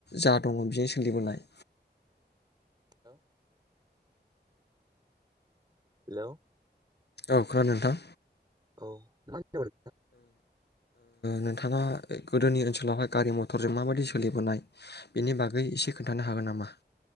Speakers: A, on the left; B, on the right.
A: जा दङ बिजोंनो सोलिबोनाय
B: हेलौ हेलौ
A: औ खोनादों नोंथां
B: औ टाइम जाबाय
A: नोंथाङा गोदोनि ओनसोलावहाय गारि मथरजों माबायदि सोलिबोनाय बेनि बागै एसे खोन्थानो हागोन नामा